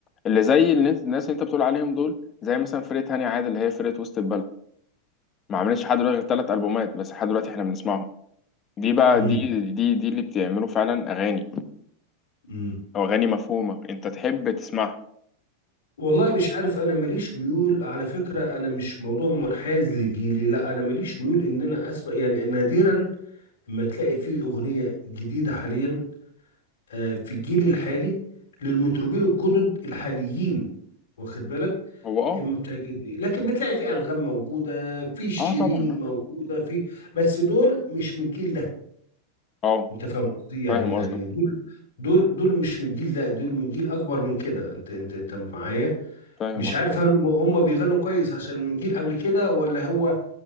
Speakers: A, on the left (about 25°); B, on the left (about 60°).
A: اللي زي الناس الناس اللي انت بتقول عليهم دول زي مثلا فرقة هاني عادل اللي هي فرقة وسط البلد ما عملتش لحد دلوقتي غير ثلاث ألبومات بس لحد دلوقتي احنا بنسمعهم دي بقى
B: امم
A: دي دي دي اللي بتعملوا فعلا أغاني
B: امم
A: أو أغاني مفهومة انت تحب تسمعها
B: والله مش عارف انا ماليش ميول على فكرة انا مش موضوع منحاز لجيلي لا انا ماليش ميول ان انا اسمع يعني نادرا ما تلاقي فيه اغنية جديدة حاليا آه، في الجيل الحالي للمطربين الجدد الحاليين واخد بالك
A: هو اه
B: ما بتعجبني لكن بتلاقي في انغام موجوده في شيرين
A: اه طبعا
B: موجوده
A: اه
B: في بس دول مش من الجيل ده
A: اه آه،
B: انت فاهم قصدي يعني
A: فاهم
B: يعني
A: قصدك
B: دول دول دول مش من الجيل ده دول من جيل اكبر من كده انت انت انت معايا
A: فاهم
B: مش عارف
A: قصدك
B: هل هم هم بيغنوا كويس عشان من جيل قبل كده ولا هو